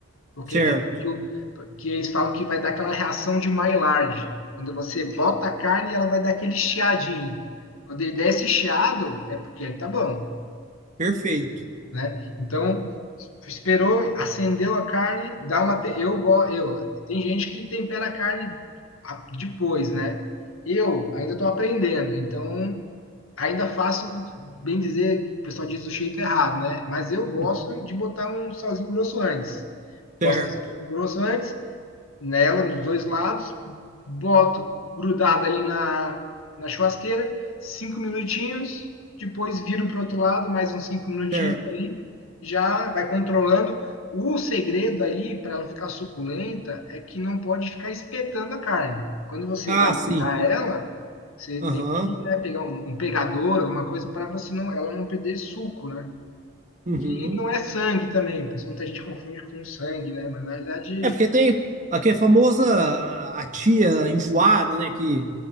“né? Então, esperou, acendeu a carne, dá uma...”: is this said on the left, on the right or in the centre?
Left